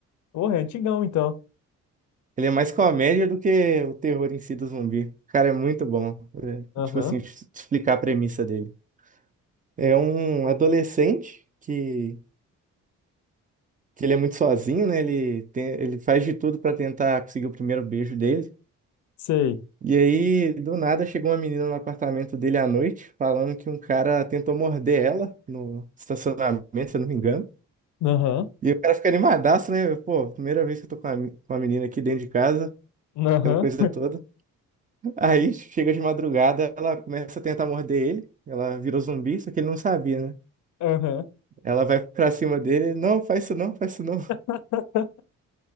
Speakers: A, on the left; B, on the right.
A: Porra, é antigão, então.
B: Ele é mais comédia do que o terror em si do zumbi. Cara, é muito bom. É,
A: Aham,
B: tipo assim, te te explicar a premissa dele. É um adolescente que, que ele é muito sozinho, né? Ele, tem, ele faz de tudo pra tentar conseguir o primeiro beijo dele.
A: sei.
B: E aí, do nada, chegou uma menina no apartamento dele à noite, falando que um cara tentou morder ela no estacionamento, se eu não me engano.
A: Aham,
B: E o cara fica animadaço, né? Pô, primeira vez que eu tô com uma com uma menina aqui dentro de casa,
A: aham,
B: aquela coisa toda. Aí chega de madrugada, ela começa a tentar morder ele. Ela virou zumbi, só que ele não sabia, né?
A: aham.
B: Ela vai pra cima dele, não, faz isso não, faz isso não.
A: <laughs>